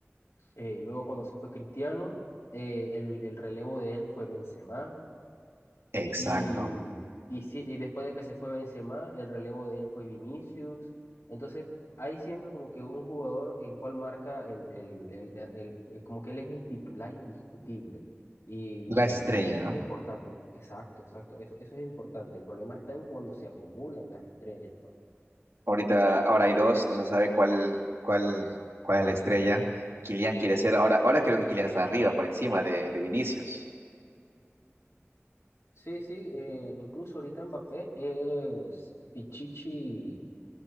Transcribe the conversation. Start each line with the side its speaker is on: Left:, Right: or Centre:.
Left: eh, luego cuando se fue Cristiano, eh, el, el relevo de él fue Benzema.
Right: Exacto.
Left: Y, y, sí- y después de que se fue Benzema, el relevo de él fue Vinicius. Entonces, hay siempre como que un jugador el cual marca el, el, el- el- el- eh, como que él es el titular indiscutible. Y,
Right: La estrella,
Left: y eso
Right: ¿no?
Left: es importante. Exacto, exacto. Eso, eso es importante. El problema está en cuando se acumulan las estrellas, pues.
Right: Ahorita, ahora hay dos, no se sabe cuál, cuál, cuál es la estrella. Kylian quiere ser ahora, ahora creo que Kylian está arriba, por encima de, de Vinicius.
Left: Sí, sí, eh, incluso ahorita Mbappé es Pichichi